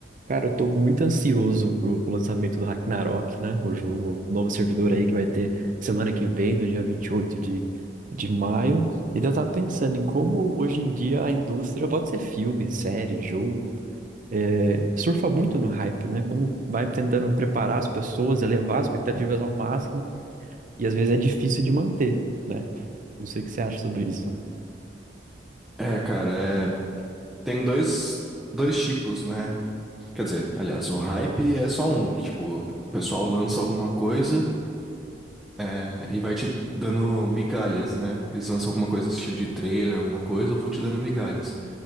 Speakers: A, on the right; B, in the centre.
A: Cara, eu tô muito ansioso pro, pro lançamento do Ragnarok, né? O jogo, o novo servidor aí que vai ter semana que vem, no dia 28 de, de maio. Então eu tava pensando em como hoje em dia a indústria, pode ser filme, série, jogo, é, surfa muito no hype, né? Como vai tentando preparar as pessoas, elevar as expectativas ao máximo, e às vezes é difícil de manter, né? Não sei o que você acha sobre isso.
B: É, cara, é... tem dois, dois tipos, né? Quer dizer, aliás, o hype é só um, que, tipo, o pessoal lança alguma coisa é, e vai te dando migalhas, né? Eles lançam alguma coisa no sentido de trailer, alguma coisa, ou vão te dando migalhas.